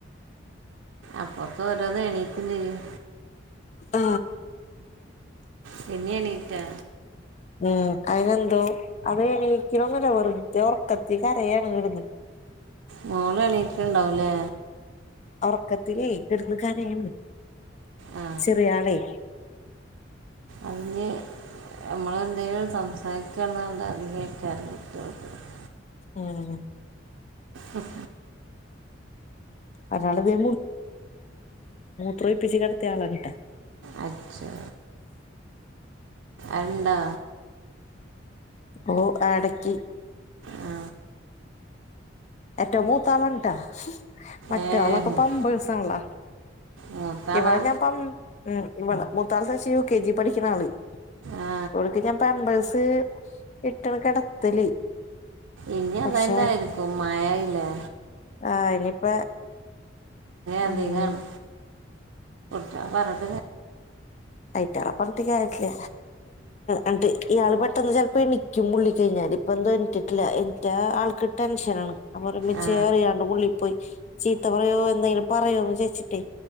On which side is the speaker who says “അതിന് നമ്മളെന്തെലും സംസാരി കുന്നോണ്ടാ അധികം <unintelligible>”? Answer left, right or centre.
Right